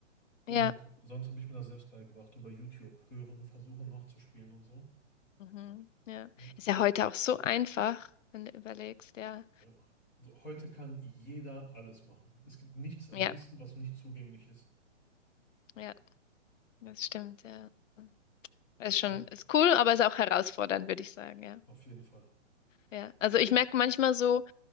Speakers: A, in the centre; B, on the left (about 85°).
A: Und
B: Ja.
A: sonst habe ich mir das selbst beigebracht, über YouTube hören, versuchen nachzuspielen und so.
B: Mhm. Ja.
A: Ja.
B: Ist ja heute auch so einfach, wenn du überlegst, ja.
A: Ja. Also heute kann jeder alles machen. Es gibt nichts an
B: Ja,
A: Wissen, was nicht zugänglich ist.
B: ja, das stimmt, ja. Ist schon,
A: Ja.
B: ist cool, aber ist auch herausfordernd, würde ich sagen, ja.
A: Auf jeden Fall.
B: Ja, also ich
A: Ja.
B: merke manchmal so,